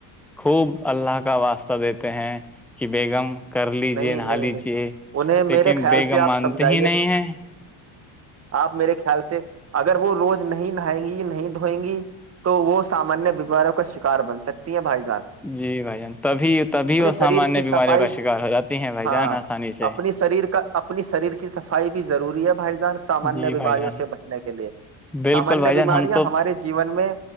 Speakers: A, in the centre; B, on the right (about 30°).
A: خوب اللہ کا واسطہ دیتے کہیں کہ بیگم کر لیجے
B: نہیں
A: نہا
B: نہیں
A: لیجے
B: نہیں انہیں
A: لیکن
B: میرے خیال
A: بیگم
B: سے آپ
A: مانتے
B: سمجھائیے
A: ہی نہیں ہیں
B: آپ میرے خیال سے اگر وہ روز نہیں نہائیں گی نہیں دھوئیں گی تو وہ سامانیہ بیماراریوں کا شکار بن سکتی ہیں بھائی ج
A: جی بھ جان تبھی تبھی وہ سامانیہ
B: شریر کی
A: بیماریوں
B: صفائی
A: کا شکار ہو جاتی ہیں بھائی
B: ہاں
A: جان آسانی سے
B: اپنی شریر کا اپنی شریر کی صفائی بھی ضروری ہے بھائی جان سامانیہ
A: جی
B: بیماریوں
A: بھائی جان
B: سے بچنے کے لیے
A: بالکل
B: سامانیہ
A: بھائی جان
B: بیماریاں
A: ہم تو
B: ہمارے جیون میں